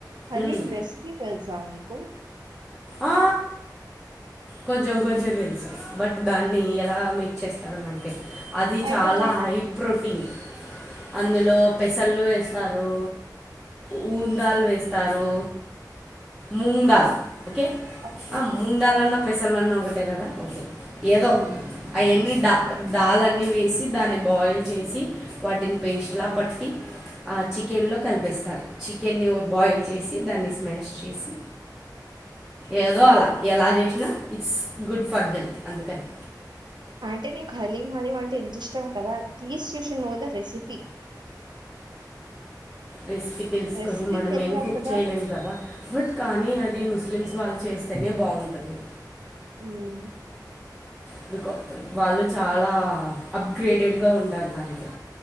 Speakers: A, on the right; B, in the centre.
A: హలీం
B: మ్మ్.
A: రెసిపీ తెలుసా మీకు
B: ఆ కొంచెం కొంచెం తెలుసు బట్ దాన్ని ఎలా మేక్ చేస్తారో నాకు తెలి అది
A: అయితే
B: చాలా
A: చెప్పు
B: హై ప్రోటీన్ అందులో పెసళ్ళు వేస్తారు మూంగ్ దాల్ వేస్తారు మూంగ్ దాల్ ఓకే
A: ఓకే
B: ఆ మూంగ్ దాల్ అన్న పెసళ్లున్నా ఒకటే కదా ఏదో
A: ఉమ్,
B: ఆ అన్నీ దా దాల్ అన్ని వేసి దాన్ని బాయిల్ చేసి వాటిని పేస్ట్లా పట్టి ఆ చికెన్లో కలిపిస్తారు చికెన్ని బాయిల్ చేసి దాన్ని స్మాష్ చేసి ఏదో అలా ఎలా చేసినా ఇట్స్ గుడ్ ఫర్ హెల్త్ అందుకని
A: అంటే నీకు హలీం హలీం అంటే ఎంత ఇష్టం కదా at least you should know the recipe
B: recipe తెలుసుకొని
A: రెసిపీ
B: మనం
A: తెలియాలి
B: ఏం కుక్
A: కదా
B: చేయలేం కదా బట్ కానీ అది ముస్లిమ్స్ వాళ్ళు చేస్తేనే బాగుంటుంది
A: ఉమ్
B: ఎందుకో వాళ్ళు చాలా అప్గ్రేడెడ్గా ఉంటారు దాంట్లో